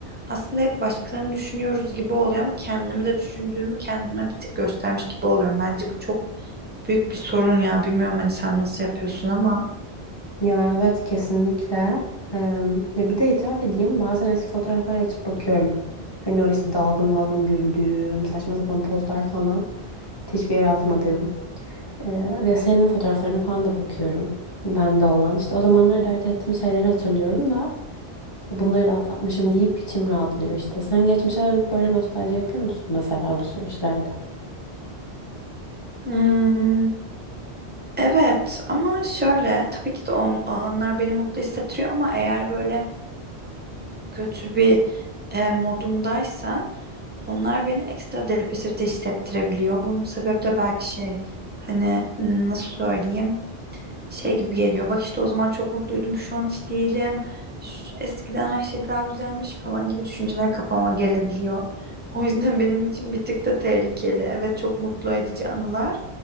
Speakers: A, on the right; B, on the left.
A: Aslında hep başkalarını düşünüyoruz gibi oluyor ama kendimi de düşündüğümü kendime bir tık göstermiş gibi oluyorum. Bence bu çok büyük bir sorun ya. Bilmiyorum hani sen nasıl yapıyorsun ama.
B: Ya evet kesinlikle. Eee, ya bir de itiraf edeyim bazen eski fotoğrafları açıp bakıyorum. Hani o işte dalgın dalgın güldüğüm, saçma sapan pozlar falan hiçbir yere atmadığım. Ee, ya senin fotoğraflarına falan da bakıyorum. Bende olan. İşte o zamanlar dert ettiğim şeyleri hatırlıyorum da bunları da atlatmışım deyip içim rahatlıyor işte. Sen geçmişe dönüp böyle nostalji yapıyor musun mesela bu süreçlerde?
A: Hmm, evet ama şöyle tabii ki de on, o anlar beni mutlu hissettiriyor ama eğer böyle kötü bir e, modumdaysam onlar beni ekstra depresif de hissettirebiliyor. Bunun sebebi de belki şey hani nasıl söyleyeyim şey gibi geliyor. Bak işte o zaman çok mutluydum şu an hiç değilim. Ş- Eskiden her şey daha güzelmiş falan gibi düşünceler kafama gelebiliyor. O yüzden benim için bir tık da tehlikeli. Evet çok mutlu edici anılar